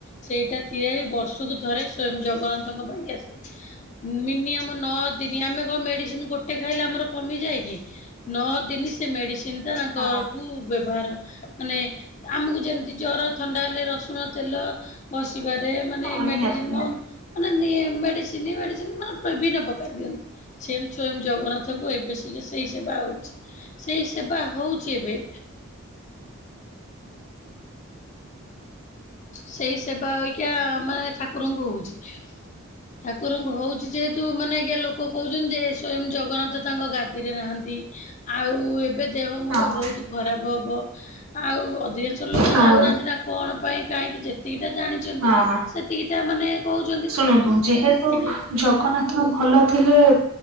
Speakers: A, on the left; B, on the right.
A: ସେଇଟା ତିଆରିବର୍ଷକୁ ଥରେ ସ୍ଵୟଂ ଜଗନ୍ନାଥଙ୍କ ପାଇଁ ଆସେ। ମିନିମମ ନଅ ଦିନି ଆମେ କଣ ମେଡିସିନ ଗୋଟେ ଖାଇଲେ ଆମର କମି ଯାଏ କି? ନଅ ଦିନ ସେ ମେଡିସିନ ଟା ତାଙ୍କରକୁ
B: ହଁ
A: ବ୍ୟବହାର ମାନେ ଆମକୁ ଯେମିତି ଜର ଥଣ୍ଡା ହେଲେ ରସୁଣ ତେଲ ବସିବାରେ ମାନେ
B: ହଁ
A: ମେଡିସିନ
B: ନିହାତି ନିହାତି
A: କମ୍। ମାନେ ମେଡିସିନ, ମେଡିସିନ ମାନେ ବିଭିନ୍ନ ପ୍ରକାର ଦିଅନ୍ତି। ସିଂମ ସ୍ୱୟଂ ଜଗନ୍ନାଥଙ୍କୁ ଏବେ ସେୟା ସେଇ ସେବା ହଉଛି। ସେଇ ସେବା ହଉଛି ଏବେ ସେଇ ସେବା ଅଇିକା ମାନେ ଠାକୁରଙ୍କୁ ହଉଛି। ଠାକୁରଙ୍କୁ ହଉଛି ଯେହେତୁ ମାନେ ଆଜ୍ଞା ଲୋକ କହୁଛନ୍ତି ଯେ, ସ୍ଵୟଂ ଜଗନ୍ନାଥ ତାଙ୍କ ଗାଦିରେ ନାହାନ୍ତି। ଆଉ ଏବେ ଦେହ ମୁଣ୍ଡ
B: ହଁ
A: ବହୁତ ଖରାପ ହବ, ଆଉ ଅଧିକାଂଶ ଲୋକ
B: ହଁ
A: ଜାଣିନାହାନ୍ତି ନା କଣ ପାଇଁ କାହିଁକି ଯେତିକିଟା ଜାଣିଛନ୍ତି,
B: ହଁ
A: ସେତିକିଟା ମାନେ କହୁଛନ୍ତି
B: ଶୁଣନ୍ତୁ ଯେହେତୁ
A: ଆଜ୍ଞା।
B: ଜଗନ୍ନାଥ ଭଲ ଥିଲେ,